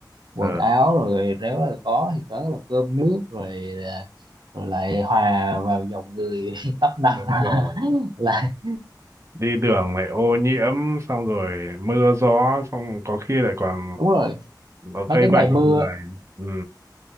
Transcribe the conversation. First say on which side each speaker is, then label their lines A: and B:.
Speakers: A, on the right (about 80°); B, on the right (about 40°).
A: quần
B: ờ
A: áo rồi nếu là có thì có là cơm nước rồi ờ, rồi lại hòa vào dòng người <laughs> tấp nập
B: đúng rồi
A: <laughs> là
B: đi đường lại ô nhiễm xong rồi mưa gió xong có khi lại còn
A: đúng rồi
B: có
A: mấy
B: gây
A: cái
B: bệnh
A: ngày
B: vào
A: mưa
B: người ừ.